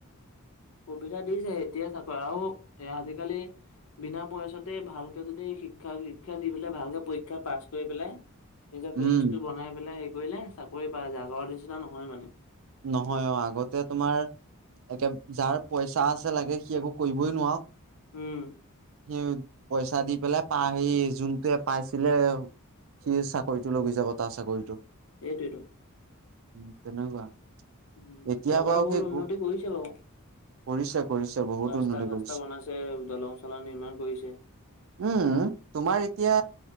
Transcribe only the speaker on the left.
সুবিধা দিছে স। এতিয়া চাক আৰু এ আজিকালি। বিনা পইচাতে ভালকে যদি শিক্ষা শিক্ষা দি পেলাই ভালকে পৰীক্ষা পাছ কৰি পেলাই। নিজৰ
ফিৰিটো বনাই পেলাই হেৰি কৰিলে চাকৰি পায় জাগৰ নিচিনা নহয় মানে।
উম
এইটোৱে টো।
উম
গৰা
বহুত
উন্নতি কৰিছে বাৰু।
ৰাস্তা
চাস্তা
বনাইছে দলং চলং নিৰ্মাণ কৰিছে।